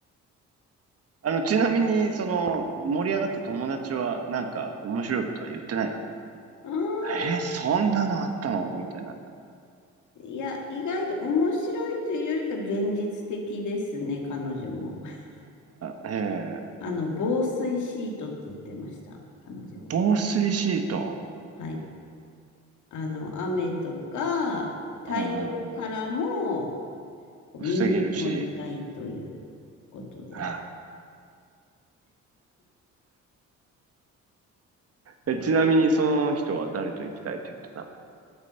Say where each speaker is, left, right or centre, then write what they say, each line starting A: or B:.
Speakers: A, on the right; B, on the left.
A: あの、ちなみに、その、盛り上がった友達は、なんか、面白いことは言ってないの
B: うーん。
A: えーそんなのあったのみたいな。
B: いや、意外と面白いというよりか現実的ですね、彼女も。<laughs>
A: あええ
B: あの、防水シートって言ってました、彼女は。
A: 防水シート。
B: はい。あの、雨とか太陽からも
A: うんうんうん。
B: こう身を守りたいということで。
A: 防げるし。<laughs>
B: <laughs>
A: え、ちなみに、その人は誰と行きたいって言ってた